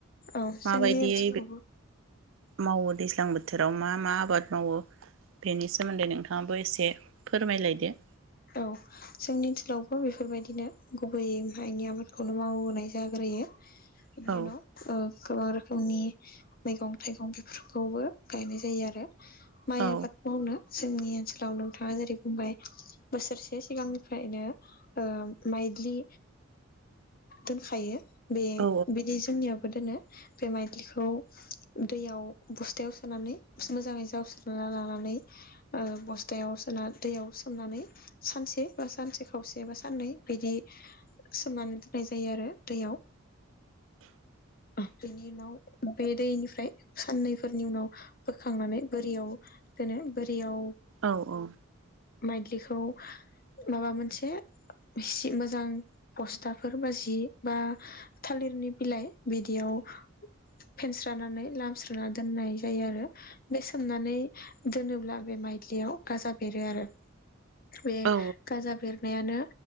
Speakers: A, on the left; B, on the right.
A: औ जोंनि
B: माबायदियै
A: ओनसोलावबो
B: मावो दैज्लां बोथोराव मा मा आबाद मावो बेनि सोमोन्दै नोंथाङाबो एसे फोरमायलायदो।
A: औ जोंनि ओनसोलावबो बेफोरबायदिनो गुबैयै माइनि आबादखौनो मावोनाय जाग्रोयो। <unintelligible>
B: औ
A: गोबां रोखोमनि मैगं थाइगं बेफोरखौबो गायनाय जायो आरो। माइ
B: औ
A: आबाद मावनो जोंनि ओनसोलाव नोंथाङा जेरै बुंबाय बोसोरसे सिगांनिफ्रायनो ओ माइदलि दोनखायो बे
B: औ
A: बिदि जोंनियाव बो दोनो बे माइदलिखौ दैयाव बस्थायाव सोनानै मोजाङै जावस्रोना लानानै ओ बस्थायाव सोना दैयाव सोमनानै सानसे बा सानसे खावसे बा साननै बिदि सोमनानै दोननाय जायो आरो दैयाव। अह बेनि उनाव बे दैनिफ्राय साननैफोरनि उनाव बोखांनानै बोरियाव दोनो बोरियाव
B: औ औ।
A: माइदलिखौ माबा मोनसे इसि मोजां बस्थाफोर बा जि बा थालिरनि बिलाइ बिदियाव फेनस्रानानै लामस्रोना दोननाय जायो आरो बे सोमनानै दोनोब्ला बे माइदलियाव गाजा बेरो आरो। बे
B: औ
A: गाजा बेरनायानो